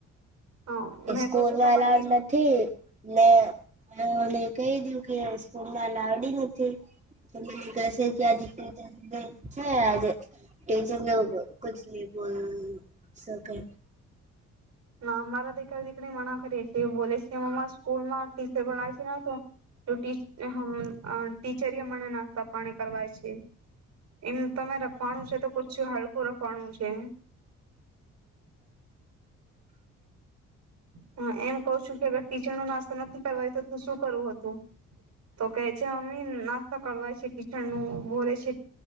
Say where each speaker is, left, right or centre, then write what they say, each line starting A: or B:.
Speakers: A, on the right; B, on the right.
A: હા મેં
B: સ્કૂલમાં
A: કઉ છું તમારે
B: અલાઉડ
A: ટી
B: નથી. ને બઉને કહી દું કે સ્કૂલ મા અલાવડી નથી કસે કે આજ ટીચ છે. આજે ટીચર કછ ન બોલ હમ્મ સકે
A: ના અમારા દેક દીકરી મણા કરીરી એ બોલે છે, અ સ્કૂલ માં ટીચર પણ છે ન તો તો ટીચ ને હમ્મ ટીચરે મનનાતા પણે કરવા છે. એમ તમે રખવાનું છે, તો કછ હલકું રખવાનું છે કેમ હુ એમ કહ છું કે, ટીચર નો નાસ્તો નથી કરવાઇ તો તું શું કરું હતું. તો કે છે મમ્મી સકવાય છે હુ ભોલે છે.